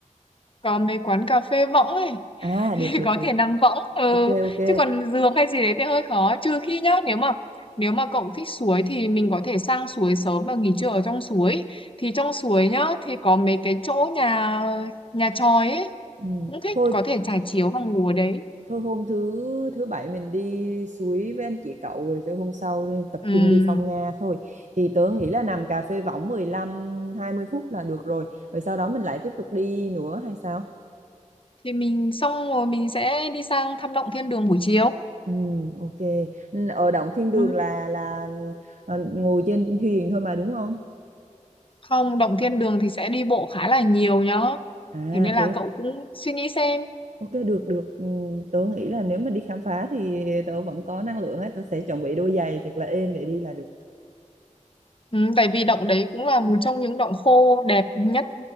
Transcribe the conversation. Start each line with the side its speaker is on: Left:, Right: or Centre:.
Left: có mấy quán cà phê võng ấy
Right: à
Left: <laughs>
Right: được
Left: thì
Right: được
Left: có
Right: được
Left: thể nằm võng ừ.
Right: ok ok
Left: chứ còn giường hay gì đấy thì hơi khó trừ khi nhá nếu mà nếu mà cậu thích suối thì mình có thể sang suối sớm và nghỉ trưa ở trong suối thì trong suối nhá thì có mấy cái chỗ nhà nhà chòi ấy
Right: ừ.
Left: cũng thích
Right: thôi
Left: có thể trải chiếu và ngủ ở đấy
Right: thôi hôm thứ thứ bảy mình đi suối với anh chị cậu rồi tới hôm sau nên tập
Left: ừ.
Right: trung đi phong Nga thôi thì tớ nghĩ là nằm cà phê võng mười lăm hai mươi phút là được rồi rồi sau đó mình lại tiếp tục đi nữa hay sao
Left: thì mình xong rồi mình sẽ đi sang thăm động thiên đường buổi chiều
Right: ừ, ok ở Động Thiên Đường
Left: ừ.
Right: là là ờ, ngồi trên thuyền thôi mà đúng không
Left: không động thiên đường thì sẽ đi bộ khá là nhiều nhá
Right: à
Left: thế nên
Right: thế
Left: là cậu cũng suy nghĩ xem
Right: Ok được được Ừm, tớ nghĩ là nếu mà đi khám phá thì tớ vẫn có năng lượng ấy tớ sẽ chuẩn bị đôi giày thiệt là êm để đi là được
Left: Ừ, tại vì động đấy cũng là một trong những động khô đẹp nhất